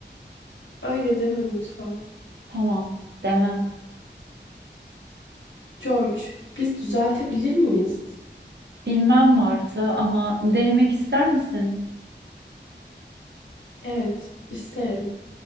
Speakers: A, on the left; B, on the right.
A: Öyle deme lütfen.
B: Tamam, demem.
A: George, biz düzeltebilir miyiz?
B: Bilmem Marta ama denemek ister misin?
A: Evet, isterim.